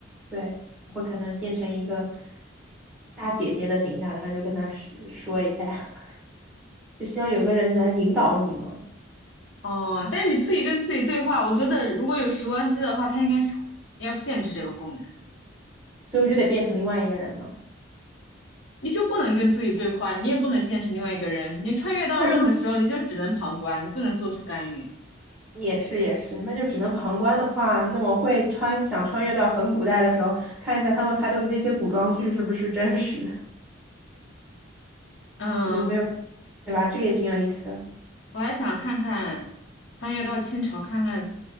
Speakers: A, in the centre; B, on the left.
A: 对我会可能变成一个大姐姐的形象，然后就跟她说说一下，<laughs> 就希望有一个人能引导你嘛，
B: 哦，但是你自己跟自己对话，我觉得如果有时光机的话，它应该是要限制这个功能，
A: 所以我就得变成另外一个人嘛。
B: 你就不能跟自己对话，你也不能变成另外一个人，你穿越到任何时候，
A: 那我就。
B: 你就只能旁观，你不能做出干预。
A: 也是也是，那就只能旁观的话，那我会穿，想穿越到很古代的时候，看一下他们拍的那些古装剧是不是真实的，
B: 嗯，
A: <laughs> 有没有，对吧？这个也挺有意思的。
B: 我还想看看穿越到清朝，看看